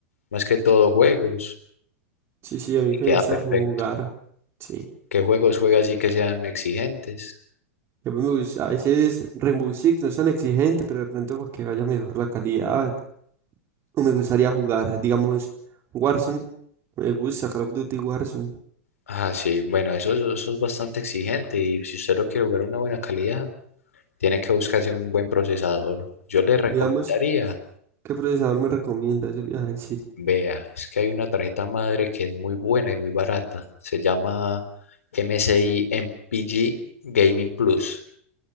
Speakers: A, on the left; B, on the right.
A: más que todo juegos,
B: Sí, sí, a mí
A: y
B: que
A: queda
B: me gusta
A: perfecto.
B: como jugar. Sí.
A: ¿Qué juegos juega así que sean exigentes?
B: Yo me gus- a veces Rainbow Six no es tan exigente, pero de pronto para que vaya mejor la calidad. O me gustaría jugar, digamos, Warzone. Me gusta Call of Duty Warzone.
A: Ah, sí, bueno, eso, eso es bastante exigente y si usted lo quiere jugar a una buena calidad, Tiene que buscarse un buen procesador. Yo le recomendaría,
B: Digamos, ¿qué procesador me recomienda? Eso le iba a decir.
A: vea, es que hay una tarjeta madre que es muy buena y muy barata. Se llama MSI MPG Gaming Plus.